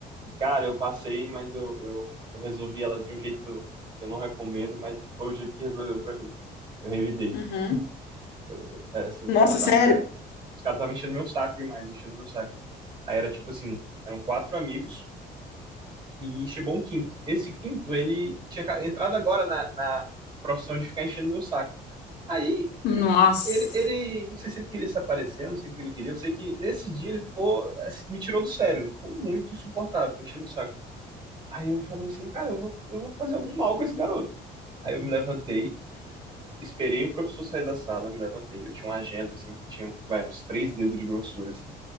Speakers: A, on the right; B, on the left.
A: Cara, eu passei, mas eu, eu, eu resolvi ela de um jeito que eu não recomendo, mas foi o jeito que resolveu pra mim. Eu revidei.
B: Uhum.
A: Eu, é, assim, os
B: Nossa,
A: caras tá,
B: sério?
A: os cara estavam enchendo meu saco demais, enchendo meu saco. Aí era tipo assim, eram quatro amigos. e chegou um quinto. Esse quinto, ele tinha ca- entrado agora na, na profissão de ficar enchendo meu saco. Aí,
B: Nossa,
A: ele, ele, não sei se ele queria se aparecer, não sei o que ele queria, eu sei que nesse dia ele ficou, assim, me tirou do sério, ele ficou muito insuportável, enchendo o saco. Aí eu falei assim, cara, eu vou, eu vou fazer algum mal com esse garoto. Aí eu me levantei, esperei o professor sair da sala, me levantei, eu tinha uma agenda, assim, que tinha, vai, uns três dedos de grossura, assim.